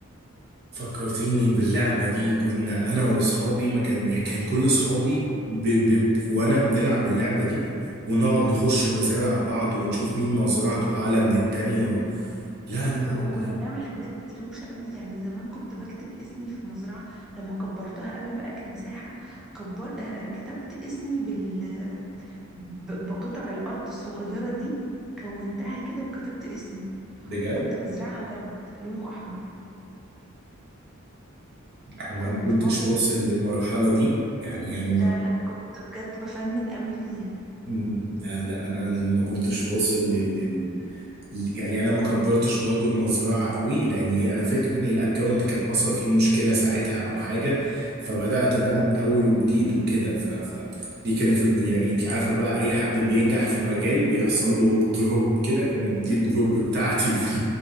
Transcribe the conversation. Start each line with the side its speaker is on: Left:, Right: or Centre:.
Right: فكرتيني باللعبة دي كنا أنا وأصحابي ما كان يعني كان كل أصحابي ب... ب... وأنا بنلعب اللعبة دي ونقعد نخش مزارع بعض ونشوف مين مزرعته أعلى من التانية و... لا
Centre: ايوه
Right: لا لا
Centre: وكنا بنعمل حاجات روشه قوي يعني زمان كنت بكتب اسمي في مزرعه لما كبرتها قوي بقى كمساحه كبر آه كتبت اسمي بال ب- بقطع الأرض الصغيرة دي كونتها كده وكتبت اسمي
Right: بجد
Centre: وكنت بزرعها ورد لونه أحمر
Right: انا
Centre: كنت
Right: ما كنتش
Centre: بقعد
Right: واصل للمرحلة دي يعني انا ما
Centre: لا لا كنت بجد بفنن قوي فيها
Right: مم، لا لا انا اللي ما كنتش واصل لل لل- يعني انا ما كبرتش برضو المزرعة قوي لاني انا فاكر ان الاكونت كان حصل فيه مشكلة ساعتها او حاجة فبدأت
Centre: مم.
Right: بقى من اول وجديد وكده ف... فدي كانت الد- يعني انت عارفة بقى اي حد بينجح في مجال بيحصل له دروب كده كانت دي
Centre: <laughs>
Right: الدروب بتاعتي في